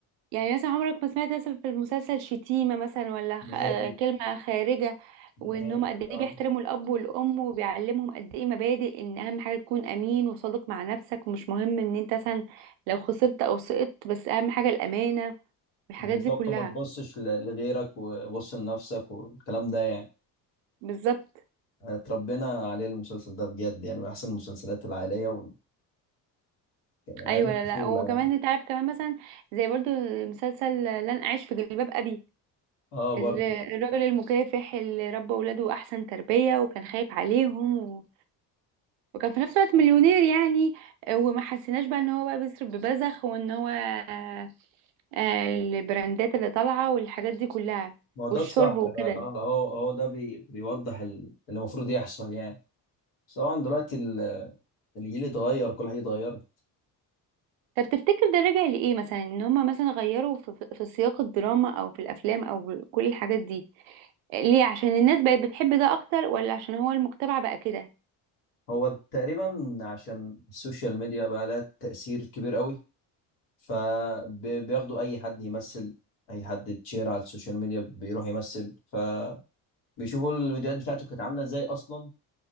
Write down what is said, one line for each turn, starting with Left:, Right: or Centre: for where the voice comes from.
Right: يعني مثلا عمرك ما سمعت مثلا في المسلسل شتيمه مثلا ولا خ...
Left: نهائي
Right: آه، كلمه خارجه
Left: نهائي
Right: وان هم قد ايه
Left: اه
Right: بيحترموا الاب والام وبيعلمهم قد ايه مبادئ ان اهم حاجه تكون امين وصادق مع نفسك ومش مهم ان انت مثلا لو خسرت او سقطت بس اهم حاجه الامانه والحاجات
Left: بالظبط
Right: دي كلها
Left: ما تبصش ل- لغيرك وبص لنفسك والكلام ده يعني
Right: بالظبط
Left: آه، اتربينا عليه المسلسل ده بجد يعني من احسن المسلسلات العائليه وال- يعني
Right: ايوه
Left: ايام الطفوله
Right: لا لا وكمان
Left: يعني
Right: انت عارف كمان مثلا زي برضو مسلسل لن اعيش في جلباب ابي
Left: اه برضه
Right: ال- الراجل المكافح اللي ربى ولاده احسن تربية وكان خايف عليهم و... وكان في نفس الوقت مليونير يعني آه، وما حسيناش بقى ان هو بقى بيصرف ببذخ وان هو آه، آه، البراندات اللي طالعة والحاجات دي كلها
Left: ما هو ده
Right: والشرب
Left: الصح
Right: وكده
Left: بقى اه هو هو ده بي بيوضح ال- اللي المفروض يحصل يعني بس طبعا دلوقتي ال- الجيل اتغير كل حاجه اتغيرت
Right: طب تفتكر ده راجع لإيه مثلا ان هما مثلا غيروا في, في في سياق الدراما او في الافلام او كل الحاجات دي ليه عشان الناس بقت بتحب ده اكتر ولا عشان هو المجتمع بقى كده
Left: هو تقريبا عشان السوشيال ميديا بقى لها تاثير كبير قوي فبياخدوا اي حد يمثل اي حد تشير على السوشيال ميديا بيروح يمثل فبيشوفوا الفيديوهات بتاعته كانت عامله ازاي اصلا